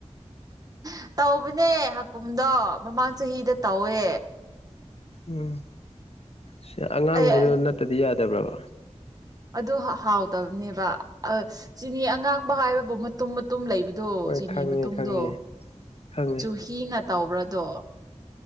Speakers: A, on the right (about 30°); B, on the left (about 55°).
A: ꯎ ꯇꯧꯕꯅꯦ ꯍꯀꯨꯝꯗꯣ ꯃꯃꯥꯡ ꯆꯍꯤꯗ ꯇꯧꯋꯦ
B: ꯎꯝ ꯁꯤ ꯑꯉꯥꯡꯕꯗꯨ
A: ꯑꯩ
B: ꯅꯠꯇꯗꯤ ꯌꯥꯗꯕ꯭ꯔꯕ
A: ꯑꯗꯨ ꯍꯥꯎꯇꯕꯅꯦꯕ ꯆꯅꯤ ꯑꯉꯥꯡꯕ ꯍꯥꯏꯕꯕꯨꯨ ꯃꯇꯨꯝ ꯃꯇꯨꯝ ꯂꯩꯕꯗꯣ
B: ꯍꯣꯏ
A: ꯆꯤꯅꯤ
B: ꯈꯪꯉꯦ
A: ꯃꯇꯨꯝꯗꯣ
B: ꯈꯪꯉꯦ ꯈꯪꯉꯦ
A: ꯆꯨꯍꯤꯅ ꯇꯧꯕ꯭ꯔꯥꯗꯣ